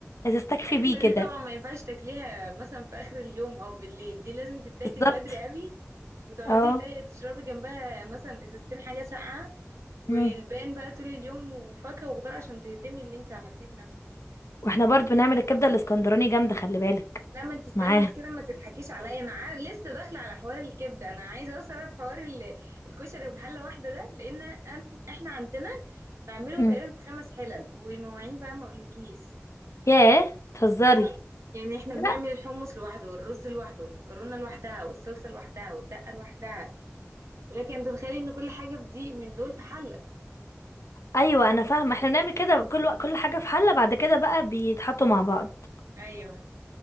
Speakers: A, on the left; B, on the right.
A: هتستكفي
B: الأكلة
A: بيه كده
B: دي طبعا ما ينفعش تاكليها مثلا في آخر اليوم أو بالليل دي لازم تتاكل
A: بالظبط
B: بدري قوي وتقعدي
A: اه
B: تا- تشربي جنبها مثلا إزازتين حاجة ساقعة والباقي
A: مم.
B: بقى طول اليوم وفاكهة وخضار عشان تهدمي اللي انت عملتيه في نفسك ده
A: واحنا برضو بنعمل الكبدة الاسكندراني جامدة خلي بالك
B: لا ما انت استني
A: معاها
B: انت كده ما تضحكيش عليا انا عا- لسه داخله على حوار الكبده انا عايزه اوصل في حوار ال- الكشري بحله واحده ده لان أن- احنا عندنا بعمله
A: مم.
B: تقريبا في خمس حلل ومواعين بقى ما اقولكيش
A: ياه تهزري
B: اه يعني احنا
A: لا
B: بنعمل الحمص لوحده والرز لوحده والمكرونه لوحدها والصلصه لوحدها والدقه لوحدها ولكن انت تتخيلي ان كل حاجه في دي من دول في حله
A: ايوه انا فاهمه احنا بنعمل كده كل وق- كل حاجه في حله بعد كده بقى بيتحطوا مع بعض
B: ايوه